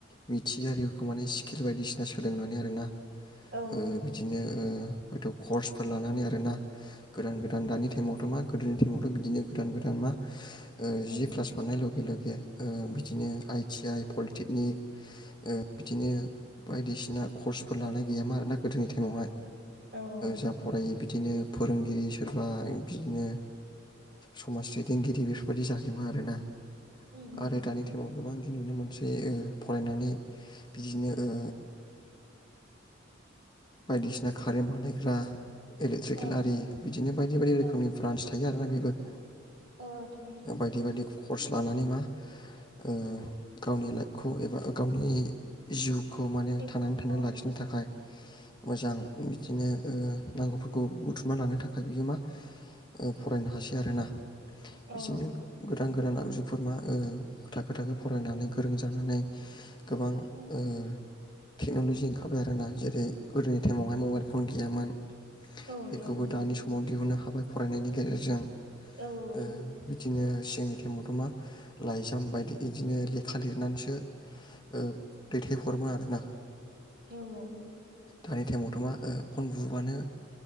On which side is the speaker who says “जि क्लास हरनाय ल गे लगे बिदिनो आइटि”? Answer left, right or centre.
Left